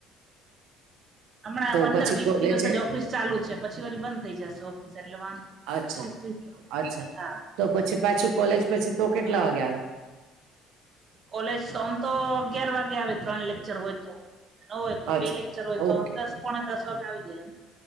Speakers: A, on the right; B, on the right.
A: હમણાં
B: તો
A: પંદર
B: પછી
A: વીસ
B: કોલેજે
A: દિવસ જ ઓફિસ ચાલુ છે પછી વારી બંધ થઈ જશે ઓફિસ એટલે વાંધ
B: અચ્છા
A: પછી ફ
B: અચ્છા
A: હા
B: તો પછી પાછું કોલેજ પછી તો કેટલા વાગે આવે?
A: કોલેજ તો આમ તો અગિયાર વાગે આવે ત્રણ લેક્ચર હોય તો ન હોય તો
B: અચ્છા
A: બે લેક્ચર હોય તો
B: ઓકે
A: દસ પોણે દસ વાગે આવી જાય એમ